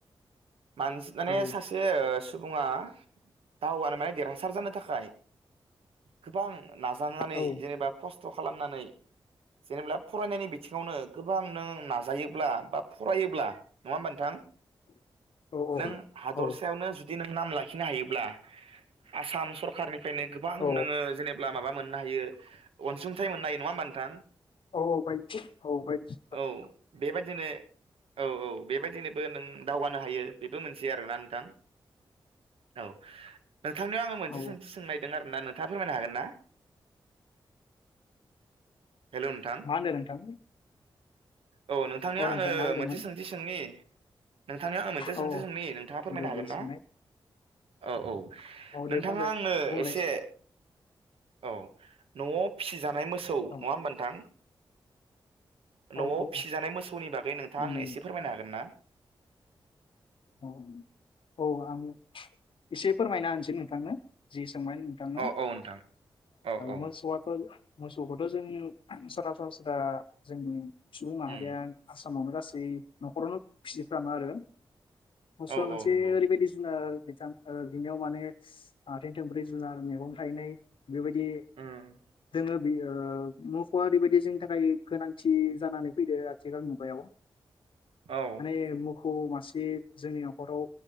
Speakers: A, on the right (about 85°); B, on the left (about 65°).
A: मानस माने
B: औ
A: सासे ओ सु सुबुङा दावगानो माने देरहासार जानो थाखाय गोबां नाजानानै
B: औ
A: जेनेबा खस्थ' खालामनानै जेनेबा फरायनायनि बिथिङावनो गो बां नाजायोब्ला बा फरायोब्ला नङा होमबा नोंथां
B: औ
A: नों
B: औ
A: हादरसायावनो
B: औ
A: जु जुदि नों नाम लाखिनो हायोब्ला आसाम सरखारनिफ्रायनो गोबां
B: औ
A: नोङो जेनेबा माबा‌ मोन नो हायो अनसुंथाइ मोननो हायो नङा होनबा नोंथां
B: औ औ बायथि औ बायथि
A: औ बेबायदिनो औ औ बेबायदिनोबो नों दावगानो हायो बेबो मोनसे आरोना नोंथां औ नोंथांनियाव आङो मोनसे
B: औ
A: सोंथि सोंनो नागिरदों आरो ना होना नोंथाङा फोरमायनो हागोन ना हेलौ नोंथां
B: मा होनदों नोंथां
A: औ नोंथांनिया
B: नोंथां
A: आङो
B: मा होनदोंमोन
A: मोनसे सोंथि सोंनि नोंथांनियाव आङो मोनसे सोंथि
B: औ
A: सोंनि नोंथाङा फोरमायनो
B: दे
A: हागोन
B: दे
A: ना
B: सोंनाय
A: औ औ
B: औ दे
A: नोंथाङा
B: फानबाय
A: आंनो
B: बुंलाय
A: एसे औ न'आव फिसिजानाय मोसौ
B: औ
A: नङा होमबा नोंथां
B: औ
A: न'आव
B: औ
A: फिसिजानाय मोसौनि बागै नोंथाङा
B: उम
A: आंनो एसे फोरमायनो हागोन ना
B: औ औ आङो एसे फोरमायना होनोसै नोंथांनो जि सोंबाय नोंथांआ
A: औ औ नोंथां औ औ
B: मोसौआथ' मोसौखौथ' जों सरासरास्रा जोंनि सुबुं माहारिया
A: उम
B: आसामावनो गासै न'खरावनो फिसिफ्रामो आरो मोसौआ
A: औ
B: मोनसे
A: औ नंगौ
B: ओरैबायदि जुनार बिथां बिनिआव माने आथं थोमब्रै जुनार मैगं थायननाय बेबायदि
A: उम
B: जोङो बे मुफ'आ ओरैबायदि जोंनि थाखाय गोनांथि जानानै फैदो आथिखाल मुगायाव
A: औ
B: माने मोखौ मासे जोंनि न'खराव